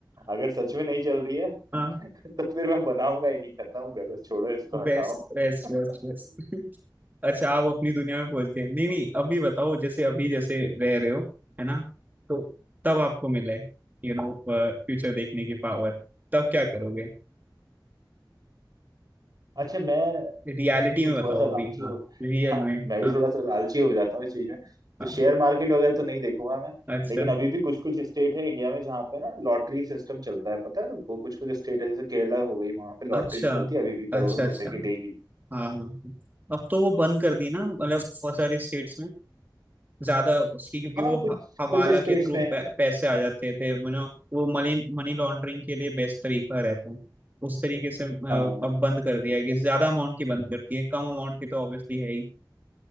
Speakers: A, on the right; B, on the right.
A: अगर सच में नहीं चल रही है <laughs>
B: हाँ
A: तो फिर मैं बनाऊंगा ही नहीं खत्म करो छोड़ो इसको हटाओ
B: Best best
A: <laughs>
B: best best अच्छा आप अपनी दुनिया में पहुंचते हैं नहीं नहीं अभी बताओ जैसे अभी जैसे रह रहे हो है ना तो तब आपको मिले यू नो फ्यूचर देखने की पावर तब क्या करोगे
A: अच्छा मैं
B: रियलिटी
A: भी
B: में बताओ
A: थोड़ा सा लालची
B: अभी हाँ
A: हो
B: रियल
A: हाँ
B: में
A: मैं भी
B: हाँ
A: थोड़ा सा लालची हो जाता हूँ इस चीज में तो
B: हाँ
A: शेयर मार्केट वगैरह तो नहीं देखूंगा मैं
B: अच्छा
A: लेकिन अभी भी कुछ कुछ स्टेट है इंडिया में जहाँ पे ना लॉटरी सिस्टम चलता है पता है वो कुछ कुछ स्टेट है जैसे केरला हो गई वहां पे लॉटरी
B: अच्छा
A: निकलती है अभी भी
B: अच्छा
A: करोड़ों रुपए
B: अच्छा
A: की डेली
B: हाँ हाँ हाँ। अब तो वो बंद कर दी ना मतलब बहुत सारे स्टेट्स में ज्यादा उसकी क्योंकि
A: हाँ
B: वो
A: कुछ
B: ह- हवाला
A: कुछ स्टेट्स
B: के थ्रू
A: में है
B: पैसे आ जाते थे you know, वो मनी मनी लॉन्ड्रिंग के लिए बेस्ट तरीका रहता है उस तरीके से अ,
A: हाँ
B: अब बंद कर दिया है कि ज्यादा अमाउंट की बंद करती है कम अमाउंट की तो ऑब्वियसली है ही